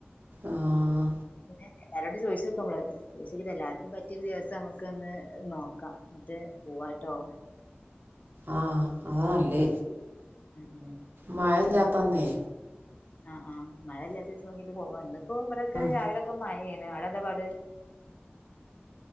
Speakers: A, on the right (about 55°); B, on the left (about 40°).
A: ആഹ്
B: പിന്നെ എല്ലാരോടും ചോയിച്ച്ക്ക നമ്മള് ചോയിച്ചോക്കിട്ട് എല്ലാർക്കും പറ്റിയൊരു ദിവസം നമുക്കൊന്ന് എ് നോക്കാം ന്നിട്ട് പോവാട്ടോ
A: ആഹ് അതാനല്ല്
B: ഉം ഉം
A: മയ ഇല്ലാത്തൊന്നെ
B: ആഹ് ആഹ് മഴല്ലാത്ത ഒരീസം നോക്കീട്ട് പോവ ഇന്നിപ്പോ ഇവിടൊക്കെ
A: ഉം
B: രാവിലൊക്കെ മഴയാണ് അവിടെ എന്താ പാട് <inaudible>